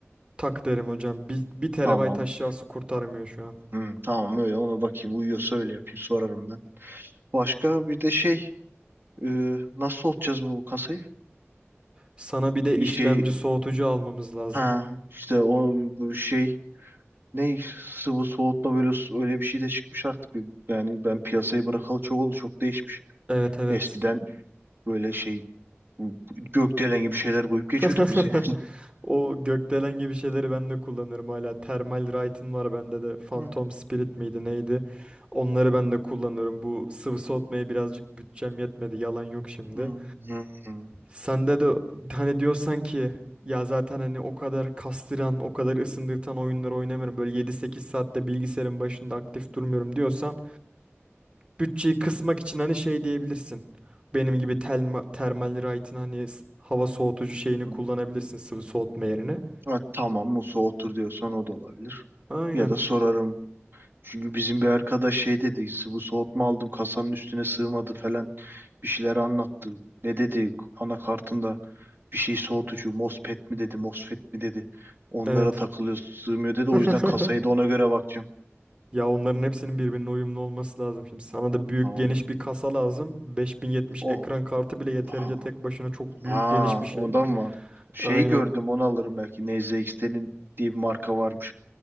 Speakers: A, on the right (about 25°); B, on the right (about 50°).
A: tak derim hocam. Bir, bir terabayt
B: Tamam.
A: aşağısı kurtarmıyor şu an.
B: Hı, tamam öyle ona bakayım. Uyuyorsa öyle yapayım. Sorarım ben. Başka bir de şey e, nasıl soğutacağız bu kasayı?
A: Sana bir de
B: Bir
A: işlemci
B: Şey
A: soğutucu almamız lazım.
B: ha işte o bu şey ne sıvı soğutma böyle s- öyle bir şey de çıkmış artık. Yani ben piyasayı bırakalı çok oldu. Çok değişmiş.
A: Evet evet.
B: Eskiden böyle şey Gökdelen gibi şeyler koyup geçiyorduk
A: <laughs>
B: biz yani.
A: O gökdelen gibi şeyleri ben de kullanırım hala. Thermal Right'ın var bende de. Phantom
B: Hı,
A: Spirit miydi neydi? Onları ben de kullanıyorum. Bu sıvı soğutmaya birazcık bütçem yetmedi. Yalan yok şimdi.
B: hı, hı, hı,
A: Sende de hani diyorsan ki ya zaten hani o kadar kastıran, o kadar ısındırtan oyunları oynamıyorum. Böyle yedi sekiz saatte bilgisayarın başında aktif durmuyorum diyorsan bütçeyi kısmak için hani şey diyebilirsin. Benim gibi telma, Thermal Right'in hani s- hava soğutucu şeyini
B: hı.
A: kullanabilirsin sıvı soğutma yerine.
B: Ha, tamam Musa otur diyorsan o da olabilir.
A: Aynen.
B: Ya da sorarım. Çünkü bizim bir arkadaş şey dedi. Bu soğutma aldım kasanın üstüne sığmadı falan. Bir şeyler anlattı. Ne dedi anakartında bir şey soğutucu MOSFET mi dedi MOSFET mi dedi. Onlara
A: Evet.
B: takılıyor sığmıyor dedi. O
A: <laughs>
B: yüzden kasayı da ona göre bakacağım.
A: Ya onların hepsinin birbirine
B: Hı,
A: uyumlu olması lazım. Şimdi sana da büyük
B: Tamam.
A: geniş bir kasa lazım. beş bin yetmiş
B: O,
A: ekran kartı bile yeterince
B: ha,
A: tek başına çok büyük
B: Ha,
A: geniş bir şey.
B: ondan var. Şey
A: Aynen.
B: gördüm onu alırım belki. NZXT'nin diye bir marka varmış.